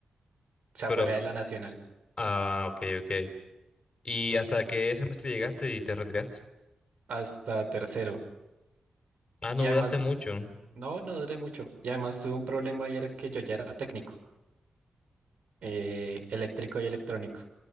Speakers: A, on the right; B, on the left.
A: o sea,
B: Pero,
A: fuera de la Nacional,
B: ah, ok, ok. ¿Y hasta qué semestre llegaste y te retiraste?
A: hasta tercero.
B: Ah, no
A: Y además,
B: dudaste mucho.
A: no, no duré mucho. Y además tuve un problema y era que yo ya era técnico, eh, eléctrico y electrónico.